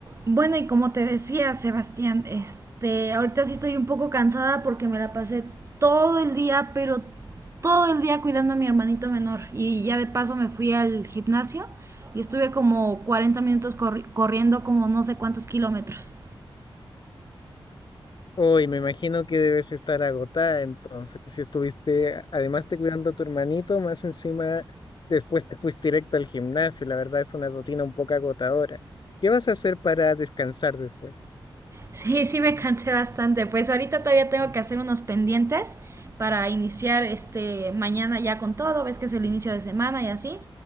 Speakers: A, on the right; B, on the left.
A: Bueno, y como te decía, Sebastián, este, ahorita sí estoy un poco cansada porque me la pasé todo el día, pero todo el día cuidando a mi hermanito menor. Y ya de paso me fui al gimnasio y estuve como 40 minutos corri- corriendo como no sé cuántos kilómetros.
B: Uy, me imagino que debes estar agotada, entonces, si estuviste, además de cuidando a tu hermanito, más encima después te fuiste directo al gimnasio, la verdad es una rutina un poco agotadora. ¿Qué vas a hacer para descansar después?
A: Sí, sí me cansé bastante. Pues ahorita todavía tengo que hacer unos pendientes para iniciar este mañana ya con todo, ves que es el inicio de semana y así.